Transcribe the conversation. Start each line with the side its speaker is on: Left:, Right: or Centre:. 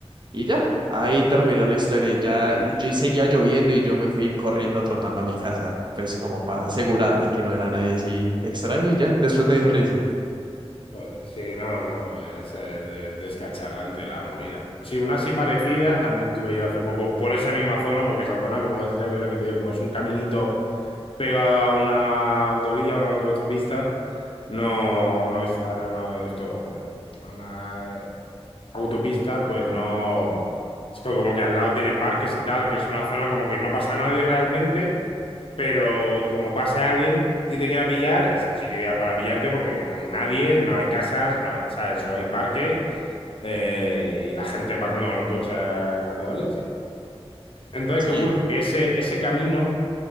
Right: y ya, ahí terminó la historia. Y ya y yo y seguía lloviendo y yo me fui corriendo, trotando a mi casa, pues como para asegurar de que no era nadie así extraño y ya, después me dio risa.
Left: Joder, sí, no, no, es eh, de- descacharrante la movida. Sí, una así parecida también tuve yo hace poco por esa misma zona, porque esa zona, como es lo lo que te digo, como es un caminito pegado a una autovía, a una autopista, no, a una, a una- esto, joder, a una autopista, pues no, es co- como que al lado tiene parques y tal, que es una zona como que no pasa nadie realmente, pero como pase alguien y te quiera pillar, es el sitio ideal para pillarte porque no hay nadie, no hay casas, no hay, ¿sabes? Solo hay parque eh, y la gente pasando con el coche a, a toda leche. Entonces,
Right: Sí,
Left: ¿qué ocurre? Que ese, ese camino